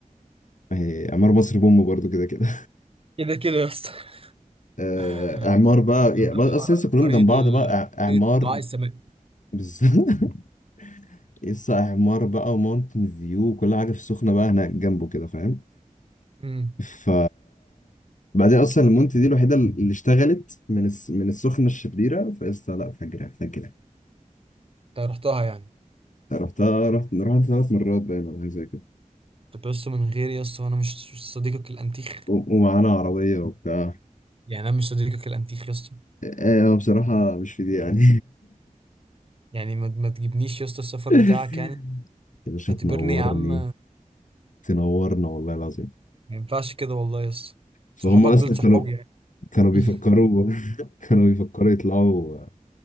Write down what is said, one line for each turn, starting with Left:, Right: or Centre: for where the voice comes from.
Left: ما هي اعمار مصر بوم برضو كده كده
Right: كده كده يا اسطى
Left: آه
Right: <laughs>
Left: اعمار بقى
Right: نروح
Left: يعني بقى اصل لسه كلهم
Right: قرية
Left: جنب بعض
Right: ال
Left: بقى إع- اعمار
Right: قرية دعاء السماء
Left: بالظبط <laughs> لسه اعمار بقى وماونتن فيو وكل حاجة في السخنة بقى هناك جنبه كده فاهم
Right: امم
Left: ف بعدين اصلا المونت دي الوحيده اللي اشتغلت من الس... من السخنه الشريره فقلت لا فجرة فجرة
Right: أنت رحتها يعني
Left: رحتها رحت رحت ثلاث مرات باين او حاجه زي كده
Right: طب يا اسطى من غير يا اسطى أنا مش مش صديقك الأنتيخ
Left: و- ومعانا عربيه وبتاع
Right: يعني أنا مش صديقك الأنتيخ يا اسطى
Left: ايه هو بصراحه مش في دي يعني
Right: يعني ما ما تجيبنيش يا اسطى السفر
Left: <laughs>
Right: بتاعك يعني
Left: يا باشا
Right: اعتبرني
Left: تنورني
Right: يا عم
Left: تنورنا والله العظيم
Right: ما ينفعش كده والله يا اسطى
Left: فهم
Right: صحابك
Left: اصلا
Right: دول صحابي
Left: كانوا
Right: يعني
Left: كانوا بيفكروا
Right: <laughs>
Left: <laughs> كانوا بيفكروا يطلعوا